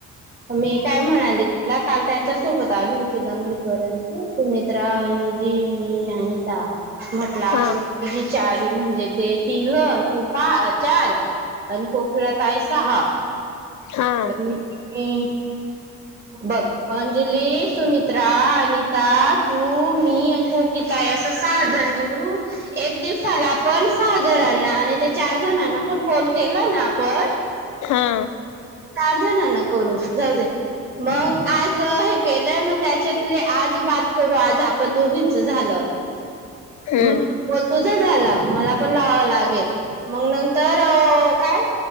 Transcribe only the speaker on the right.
मी काय म्हणाली तुला, काल त्यांच्यासोबत आली होती लंगडी <unintelligible> सुमित्रा, अंजली आणि ही अनिता म्हटलं आपण
विचारी म्हणजे ते तिघं तू पा, अ चार आणि कोकिळा ताई सहा
आणि ते बघ अंजली, सुमित्रा अनिता, तू, मी आणि कोकिताई अस सहा जण मिळून, एक दिवसाला आपण सहा जणांना आणि ते चार जणांना पण कॉल केला ना आपण
चार जणांना करू जाऊ दे, मंग आज हे केलंय मग त्याच्यातले आज बात करू, आज आपण दोघींच झालं.
म <unintelligible> तुझ झाल ला मला पण लावावा लागेल, मंग नंतर काय,